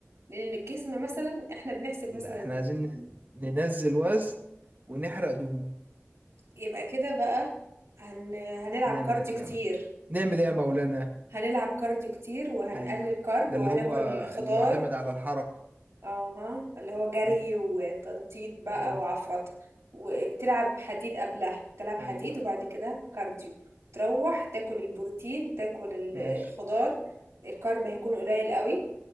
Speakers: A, on the right; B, on the right.
A: لان الجسم مثلا احنا بنحسب
B: لا
A: مثلا
B: احنا عايزين ن- ننزل وزن ونحرق دهون
A: يبقى كده بقى هن... هنلعب
B: نعمل
A: كارديو
B: ايه
A: كتير
B: يا عم؟ نعمل ايه يا مولانا
A: هنلعب كارديو كتير وهنقلل
B: ايوه
A: كارب
B: ده
A: وهناكل
B: اللي هو
A: خضار
B: اللي معتمد على الحركة
A: اها اللي هو جري
B: مم.
A: وتنطيط بقى
B: حلو
A: وعفرطة وبتلعب حديد قبلها بتلعب حديد
B: ايوه
A: وبعد كده كارديو تروح تاكل البروتين تاكل ال-
B: ماشي
A: الخضار الكارب هيكون قليل قوي